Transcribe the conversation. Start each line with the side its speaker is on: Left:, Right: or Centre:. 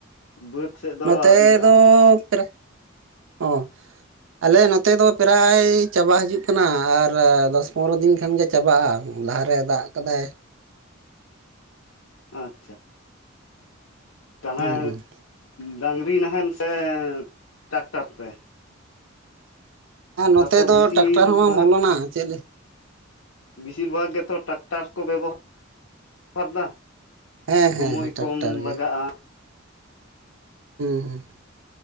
Left: ᱵᱟᱹᱫᱽ ᱥᱮᱫ ᱫᱚ
Right: ᱱᱚᱛᱮ
Left: ᱟᱹᱣᱨᱤᱭᱟᱜᱼᱟ
Right: ᱫᱚ ᱯᱮᱟ ᱚ ᱟᱞᱮ ᱱᱚᱛᱮ ᱫᱚ ᱯᱨᱟᱭ ᱪᱟᱵᱟ ᱦᱤᱡᱩᱜ ᱠᱟᱱᱟ ᱟᱨ ᱫᱚᱥ ᱯᱚᱱᱨᱚ ᱫᱤᱱ ᱠᱷᱟᱱ ᱜᱮ ᱪᱟᱵᱟᱜᱼᱟ ᱞᱟᱦᱟᱨᱮ ᱫᱟᱜ ᱟᱠᱟᱫᱟᱭ
Left: ᱟᱪᱪᱷᱟ ᱛᱟᱦᱩᱞᱮ
Right: ᱦᱩᱸ ᱦᱩᱸ
Left: ᱰᱟᱝᱨᱤ ᱱᱟᱦᱮᱞ ᱥᱮ ᱴᱨᱟᱠᱴᱟᱨ ᱛᱮ
Right: ᱟᱨ ᱱᱚᱛᱮ
Left: ᱛᱟᱛᱚ
Right: ᱫᱚ
Left: ᱵᱮᱥᱤᱨ
Right: ᱴᱨᱟᱠᱴᱟᱨ ᱦᱚᱸ ᱵᱟᱝ
Left: ᱵᱷᱟᱜᱽ
Right: ᱵᱚᱞᱚᱱᱟ ᱪᱮᱫ
Left: ᱵᱮᱥᱤᱨ ᱵᱷᱟᱜᱽ ᱜᱮᱛᱚ ᱴᱨᱟᱠᱴᱟᱨ ᱠᱚ ᱵᱮᱵᱚᱦᱟᱨᱫᱟ
Right: ᱦᱮᱸ
Left: ᱥᱚᱢᱚᱭ
Right: ᱦᱮᱸ ᱦᱮᱸ
Left: ᱠᱚᱢ
Right: ᱴᱨᱟᱠᱴᱟᱨ ᱜᱮ
Left: ᱞᱟᱜᱟᱜᱼᱟ
Right: ᱦᱩᱸ ᱦᱩᱸ